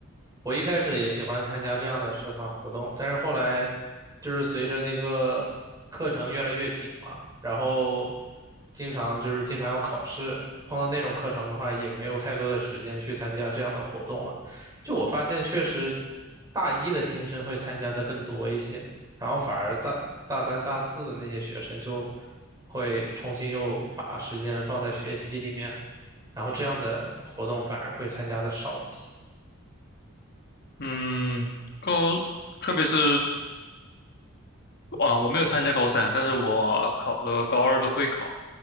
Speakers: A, on the right; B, on the left.
A: 我一开始也喜欢参加这样的社团活动，但是后来就是随着那个课程越来越紧嘛，然后经常就是经常要考试，碰到那种课程的话，也没有太多的时间去参加这样的活动了。就我发现，确实大一的新生会参加的更多一些，然后反而大大三、大四的那些学生就会重新又把时间放在学习里面，然后这样的活动反而会参加的少一些。
B: 嗯，高，特别是啊，我没有参加高三，但是我考了高二的会考，